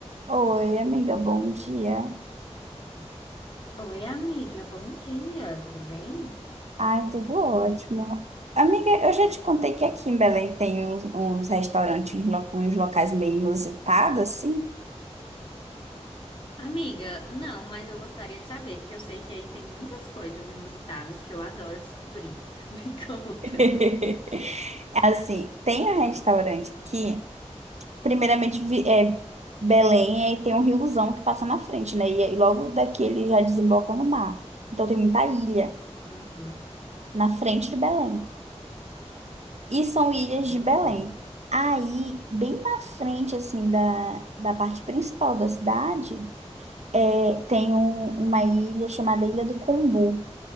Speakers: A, on the right; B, on the left.
A: Oi, amiga, bom dia.
B: Oi, amiga, bom dia, tudo bem?
A: Ai, tudo ótimo. Amiga, eu já te contei que aqui em Belém tem uns, uns restaurantes, lo- uns locais meio inusitados, assim.
B: Amiga, não, mas eu gostaria de saber, porque eu sei que aí tem muitas coisas inusitadas que eu adoro descobrir. <laughs> Me conta.
A: <laughs> Assim, tem um restaurante aqui, primeiramente vi- é Belém, e tem um riozão que passa na frente, né? E, e logo daqui ele já desemboca no mar. Então tem muita ilha
B: Uhum,
A: na frente de Belém. E são ilhas
B: uhum,
A: de Belém. Aí, bem na frente, assim, da, da parte principal da cidade, é, tem um- uma ilha chamada Ilha do Combu.